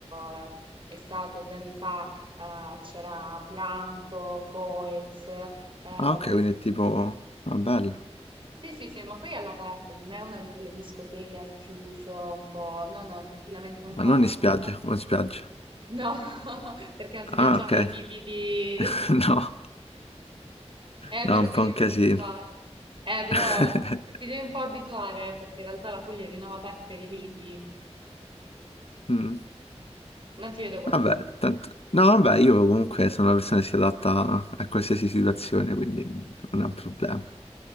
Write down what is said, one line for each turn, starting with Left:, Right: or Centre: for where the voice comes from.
Right: eh, è stato due anni fa, eh, c'era Blanco, Coez, eh,
Left: Ah, ok,
Right: quest-
Left: quindi è tipo... Ah, bello.
Right: Sì, sì, sì, ma poi è all'aperto, non è una di quelle discoteche al chiuso, un po', no, no, tranquillamente un
Left: Ma
Right: parco
Left: non in spiaggia,
Right: enorme.
Left: o in spiaggia.
Right: No, <laughs> perché non ti
Left: Ah,
Right: piacciono
Left: ok.
Right: quei tipi di...
Left: <laughs> No.
Right: Eh,
Left: No,
Right: però
Left: è un
Right: ti
Left: po'
Right: devi
Left: un casino.
Right: un po' abituare. Eh, però
Left: <laughs>
Right: eh, ti devi un po' abituare, eh, perché in realtà la Puglia è rinomata anche per i lidi.
Left: Mm.
Right: Non ti vedo
Left: Vabbè,
Right: convinto.
Left: tanto... No, vabbè, io comunque sono una persona che si adatta a qualsiasi situazione, quindi non è un problema.